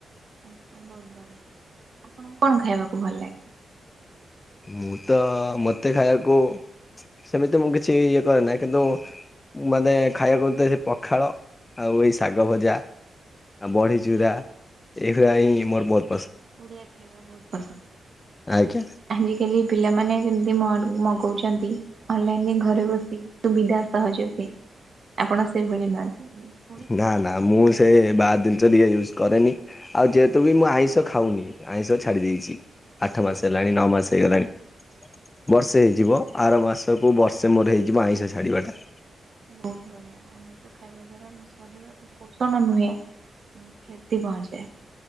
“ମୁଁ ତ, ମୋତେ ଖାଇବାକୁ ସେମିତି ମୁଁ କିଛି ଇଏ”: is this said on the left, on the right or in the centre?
Left